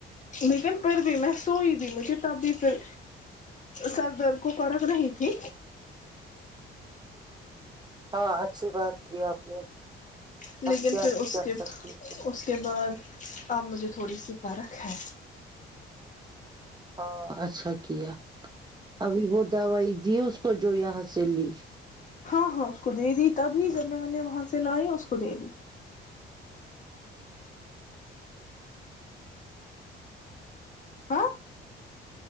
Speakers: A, on the left; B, on the right.
A: لیکن پھر بھی میں سوئی بھی مجھے تبھی پھر سر درد کو فرق نہیں تھی
B: ہاں اچھ اچھی بات کی آپ نے
A: لیکن
B: اپ کیا
A: پھر
B: ہی
A: اس
B: کر
A: کے
B: سکتے تھے
A: اس کے بعد اب مجھے تھوڑی سی فرق ہے
B: ہاں اچھا کیا ابھی وہ دوائی دی اس کو جو یہاں سے لی
A: ہاں ہاں اس کو دے دی تب ہی جب میں میں نے وہاں سے لائے اس کو دے دی <inaudible>